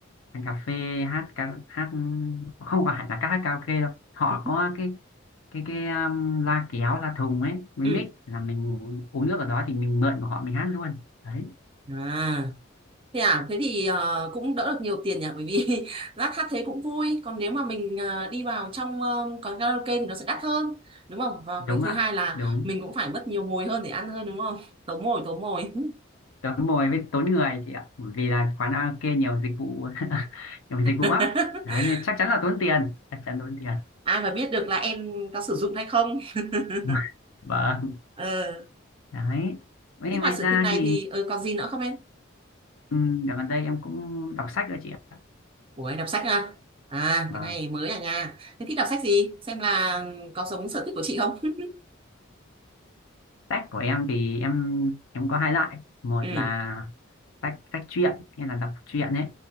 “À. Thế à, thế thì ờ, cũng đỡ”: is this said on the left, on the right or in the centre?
Right